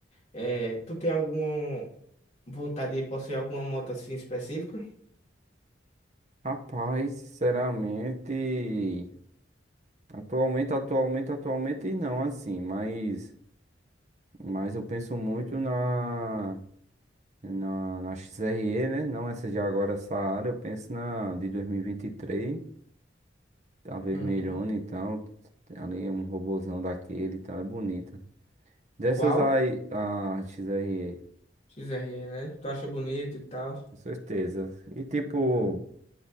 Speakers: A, on the left; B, on the right.
A: É, tu tem alguma vontade de possuir alguma moto assim específica?
B: Rapaz, sinceramente, atualmente, atualmente, atualmente não, assim, mas, mas eu penso muito na, na, na XRE, né? Não essa de agora, essa área, eu penso na de dois mil e e vinte e três a vermelhona,
A: Uhum.
B: então, ali é um robozão daquele, então é bonita. Dessas
A: Qual?
B: aí, a XRE,
A: XRE, né? Tu acha bonito e tal?
B: com certeza. E tipo,